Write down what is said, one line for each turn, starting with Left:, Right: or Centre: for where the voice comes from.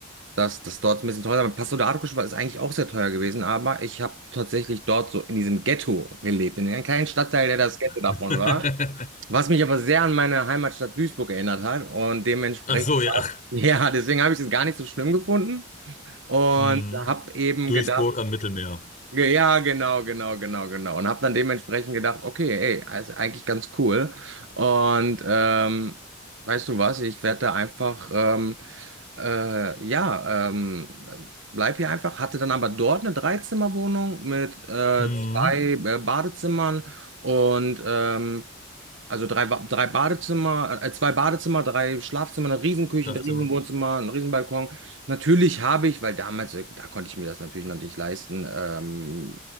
Right: das, das dort ist ein bisschen teurer. Passo de Arcos war- ist eigentlich auch sehr teuer gewesen, aber ich habe tatsächlich dort so in diesem Ghetto gelebt, in einem kleinen Stadtteil, der das Ghetto davon
Left: <laughs>
Right: war. Was mich aber sehr an meine Heimatstadt Duisburg erinnert hat und dementsprechend,
Left: Ach so, ja.
Right: war- <laughs> ja, deswegen habe ich es gar nicht so schlimm gefunden und
Left: Mhm.
Right: habe eben
Left: Duisburg
Right: gedacht,
Left: am Mittelmeer.
Right: ge- ja, genau, genau, genau, genau. Und habe dann dementsprechend gedacht, okay, ey, ist eigentlich ganz cool. Und ähm, weißt du was, ich werde da einfach. Ähm, äh, ja, ähm, bleib hier einfach, hatte dann aber dort eine Dreizimmerwohnung mit äh,
Left: Mhm.
Right: zwei äh, Badezimmer und ähm, also drei, Wa- drei Badezimmer, äh, zwei Badezimmer, drei Schlafzimmer, eine Riesenküche,
Left: Schlafzimmer.
Right: ein Riesenwohnzimmer, ein Riesenbalkon. Natürlich habe ich, weil damals, äh, da konnte ich mir das natürlich noch nicht leisten, ähm,